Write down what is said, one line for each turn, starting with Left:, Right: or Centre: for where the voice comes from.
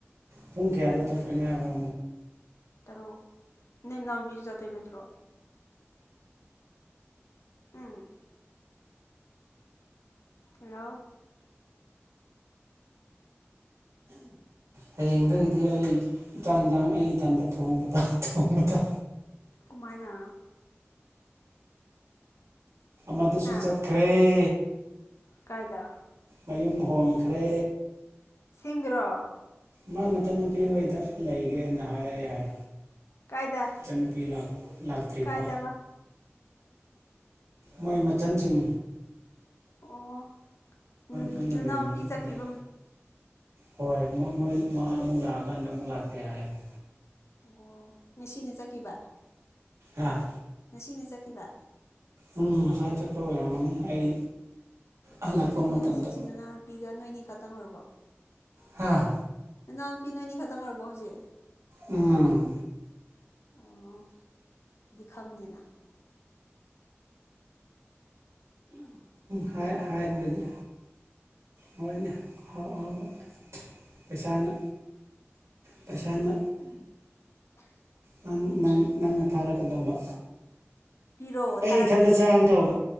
Right: ꯄꯨꯡ ꯀꯌꯥꯗ ꯇꯠꯀꯅꯤ ꯍꯥꯏꯣ
Left: ꯇꯔꯨꯛ ꯅ ꯅꯕꯤꯖꯖꯗ ꯅꯠꯇ꯭ꯔꯣ ꯎꯝ ꯍꯜꯂꯣ
Right: ꯍꯌꯦꯡꯗꯒꯤꯗꯤ ꯑꯩ ꯆꯥꯛ ꯏꯟꯁꯥꯡ ꯑꯩ ꯏꯊꯟꯇ ꯊꯣꯡꯕꯗ ꯊꯣꯡꯕꯗ
Left: ꯀꯃꯥꯏꯅ
Right: ꯃꯗꯨꯁꯨ
Left: ꯍꯥ
Right: ꯆꯠꯈꯔꯦ
Left: ꯀꯥꯏꯗ
Right: ꯃꯌꯨꯝ ꯍꯣꯡꯈ꯭ꯔꯦ
Left: ꯁꯦꯝꯕꯤꯔꯛꯑꯣ
Right: ꯃꯥ ꯃꯆꯟꯅꯨꯄꯤ ꯍꯗ ꯂꯩꯒꯦꯅ ꯍꯥꯏ ꯍꯥꯏ
Left: ꯀꯥꯏꯗ
Right: ꯆꯅ ꯄꯤ ꯂꯥꯛ ꯂꯥꯛꯇ꯭ꯔꯤꯕ
Left: ꯀꯥꯏꯗꯕ
Right: ꯃꯣꯏ ꯃꯆꯜꯁꯤꯡ
Left: ꯑꯣ ꯎꯝ
Right: ꯄꯨꯟꯅ
Left: ꯅꯅꯥꯎ
Right: ꯂꯩ
Left: ꯄꯤꯖꯈꯤꯕ
Right: ꯂꯩ ꯍꯣꯏ ꯃꯣꯏ ꯃꯥ ꯑꯃꯨꯛ ꯂꯥꯛꯑꯀꯥꯟꯗ ꯑꯃꯨꯛ ꯂꯥꯛꯇꯦ ꯍꯥꯏꯔꯦ
Left: ꯑꯣ ꯃꯦꯁꯤꯅ ꯆꯠꯈꯤꯕ
Right: ꯑꯥ
Left: ꯉꯁꯤꯅꯦ ꯆꯠꯈꯤꯕ
Right: ꯎꯝ ꯉꯁꯥꯏ ꯆꯠꯄ ꯑꯣꯏꯔꯝꯃꯅꯤ ꯑꯩ ꯍꯜꯂꯛꯄ
Left: ꯑꯗꯨꯗꯤ
Right: ꯃꯇꯝꯗ
Left: ꯍꯧꯖꯤꯛꯁꯦ ꯅꯅꯥꯎꯨꯄꯤꯒ ꯅꯣꯏꯅꯤ ꯈꯛꯇꯪ ꯑꯣꯏꯔꯕꯣ
Right: ꯍꯥꯥ
Left: ꯅꯗꯥ ꯄꯅꯣꯅꯤ ꯈꯇꯪ ꯑꯣꯏꯔꯕꯣꯁꯦ
Right: ꯎꯝ
Left: ꯑꯣꯗꯤ ꯈꯪꯗꯦꯅꯊꯟ
Right: ꯈ ꯍꯥꯏꯗꯨꯗꯤ ꯃꯣꯏꯅ ꯑꯍꯥꯎ ꯑꯍꯥꯎꯕ ꯄꯩꯁꯥꯅ ꯄꯩꯁꯥꯅ ꯅꯪ ꯅꯪꯅ ꯊꯥꯔꯛꯀꯗꯧꯕ
Left: ꯄꯤꯔꯛꯑꯣ
Right: ꯑꯩ
Left: ꯊꯥꯔꯛꯀꯦ
Right: ꯏꯊꯟꯇ ꯆꯥꯒꯗꯧꯕ